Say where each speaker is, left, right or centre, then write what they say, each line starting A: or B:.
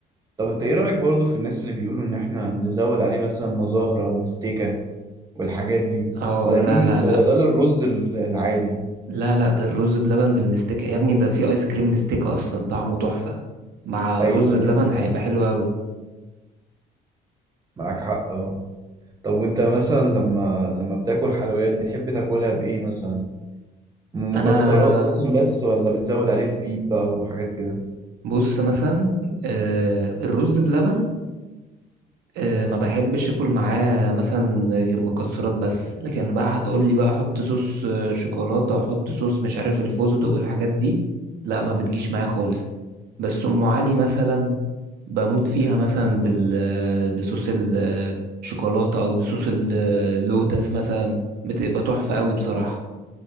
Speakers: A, on the right; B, on the right.
A: طب أنت إيه رأيك برضو في الناس اللي بيقولوا إن إحنا نزود عليه مثلا مزهرة أو مستكة والحاجات دي
B: اه
A: ولا دي
B: لا لا لا
A: ولا ده للرز ال- العادي
B: لا لا ده الرز بلبن بالمستكة يا ابني ده فيه ايس كريم مستكة اصلا طعمه تحفة مع
A: أيوه
B: الرز بلبن
A: أيوه
B: هيبقى
A: صح
B: حلو قوي
A: معاك حق آه طب وأنت مثلا لما لما بتاكل حلويات بتحب تاكلها بإيه مثلا؟ مكسرات
B: انا
A: مثلا بس ولا بتزود عليه زبيب بقى وحاجات كده؟
B: بص مثلا آه الرز بلبن آه، ما بحبش اكل معاه مثلا غير مكسرات بس لكن بقى هتقولي بقى احط صوص آه، شوكولاتة واحط صوص مش عارف الفستق والحاجات دي لا ما بتجيش معايا خالص بس ام علي مثلا بموت فيها مثلا بال آه، بصوص الشوكولاتة او بصوص ال- آه، اللوتس مثلا بتبقى تحفة قوي بصراحة